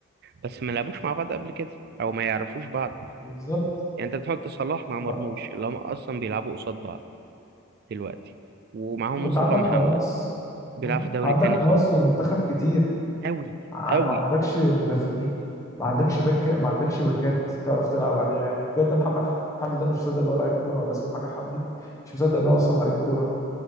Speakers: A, on the right; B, on the left.
A: بس ما لعبوش مع بعض قبل كده او ما يعرفوش بعض
B: بالظبط
A: يعني انت بتحط صلاح مع
B: بقى.
A: مرموش اللي هم اصلا بيلعبوا قصاد بعض دلوقتي ومعاهم
B: وانت
A: مصطفى
B: عندك
A: محمد
B: نواقص
A: بيلعب
B: أمم،
A: في دوري
B: عندك
A: تاني
B: نواقص
A: خالص
B: في المنتخب كتير
A: قوي
B: ع-
A: قوي
B: ما عندكش مدافعين ما عندكش باك ما عندكش باكات تعرف تلعب عليها يعني بجد محمد حمدي ده انا مش مصدق ان هو لعيب كوره ولا اسمه حاجه حمدي مش مصدق ان هو اصلا لعيب كوره